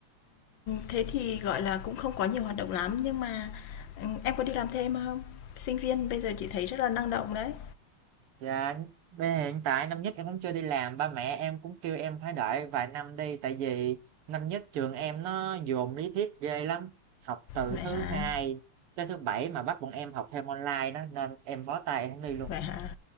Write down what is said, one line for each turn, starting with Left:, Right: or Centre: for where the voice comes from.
Left: thế thì, gọi là, cũng không có nhiều hoạt động lắm, nhưng mà, ừm, em có đi làm thêm không? Sinh viên bây giờ chị thấy rất là năng động đấy.
Right: Dạ, bây hiện tại năm nhất em cũng chưa đi làm, ba mẹ em cũng kêu em phải đợi vài năm đi, tại vì năm nhất trường em nó dồn lý thuyết ghê lắm, học từ
Left: Vậy
Right: thứ
Left: hả?
Right: hai tới thứ bảy mà bắt bọn em học thêm online đó, nên em bó tay em không đi luôn.
Left: Vậy hả?